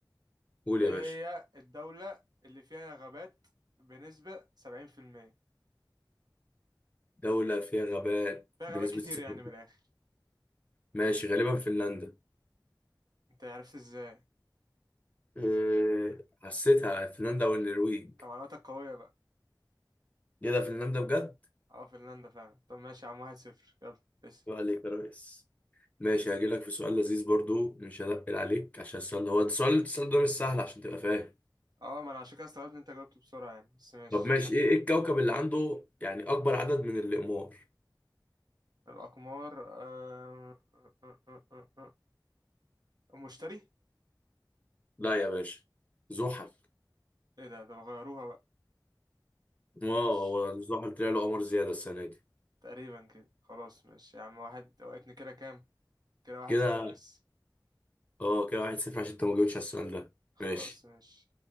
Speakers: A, on the left; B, on the right.
A: قول
B: ايه
A: يا باشا
B: هي الدولة اللي فيها غابات بنسبة سبعين في المية
A: دولة فيها غابات
B: فيها
A: بنسبة
B: غابات كتير
A: 70
B: يعني من الاخر
A: ماشي غالبا فنلندا
B: انت عرفت ازاي
A: إيه، حسيتها فنلندا والنرويج
B: طب معلوماتك قوية بقى
A: ايه ده فنلندا بجد؟
B: اه فنلندا فعلا طب ماشي يا عم واحد صفر يلا اسأل
A: يبقى عليك يا ريس ماشي هجيلك في سؤال لذيذ برضو مش هنقل عليك عشان السؤال ده هو السؤال السؤال ده مش سهل عشان تبقى فاهم
B: اه ما انا عشان كده استغربت ان انت جاوبت بسرعة يعني بس ماشي
A: طب ماشي ايه ايه الكوكب اللي عنده يعني اكبر عدد من الاقمار
B: الأقمار آه، آه، آه، آه، آه، آه، آه، مشتري
A: لا يا باشا زحل
B: ايه ده ده غيروها بقى
A: اه
B: ماشي
A: هو زحل طلع له قمر زيادة السنة دي
B: تقريبا كده خلاص ماشي يا عم واحد وقتني كده كام كده واحد
A: كده
B: صفر لسه
A: اه كده واحد صفر عشان انت ما جاوبتش على السؤال ده
B: خلاص
A: ماشي
B: ماشي